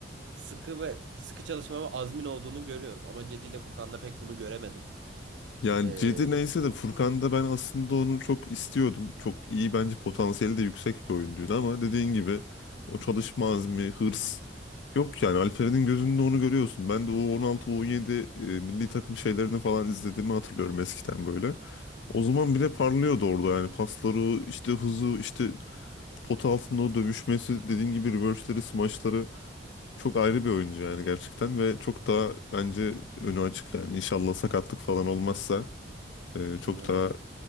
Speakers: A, on the right; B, on the left.
A: sıkı ve sıkı çalışma ve azmin olduğunu görüyorum. Ama Cedi ile Furkan'da pek bunu göremedim.
B: Yani
A: Ee,
B: Cedi neyse de Furkan'da ben aslında onu çok istiyordum. Çok iyi bence potansiyeli de yüksek bir oyuncuydu ama dediğin gibi o çalışma azmi, hırs yok yani Alperen'in gözünde onu görüyorsun. Ben de U16, U17 e, milli takım şeylerini falan izlediğimi hatırlıyorum eskiden böyle. O zaman bile parlıyordu orada yani pasları, işte hızı, işte pot altında o dövüşmesi, dediğin gibi reverse'leri, smaçları çok ayrı bir oyuncu yani gerçekten ve çok daha bence önü açık yani. İnşallah sakatlık falan olmazsa ee, çok
A: umarım.
B: daha